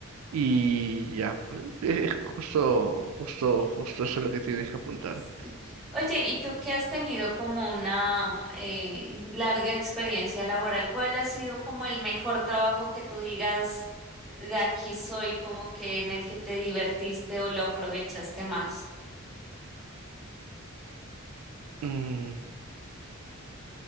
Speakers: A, on the right; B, in the centre.
A: Y ya, pues, eh, justo, justo, justo eso es lo que tienes que apuntar.
B: Sí. Oye, ¿y tú que has tenido como una eh, larga experiencia laboral? ¿Cuál ha sido como el mejor trabajo que tú digas de aquí soy, como que en el que te divertiste o lo aprovechaste más?
A: Mm,